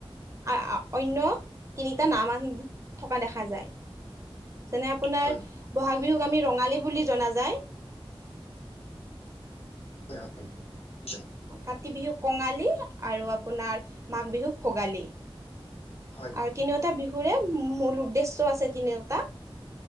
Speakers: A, on the right; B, on the left.
A: <unintelligible> অন্য তিনিটা নাম থকা দেখা যায়। যেনে আপোনাৰ,
B: হয়
A: বহাগ বিহুক আমি ৰঙালী বুলি জনা যায়।
B: হয় হয় <unintelligible>
A: কাতি বিহুক কঙালী, আৰু আপোনাৰ মাঘ বিহুক ভোগালী।
B: হয়
A: আৰু তিনিওটা বিহুৰে মূল উদ্দেশ্য আছে তিনিওটা।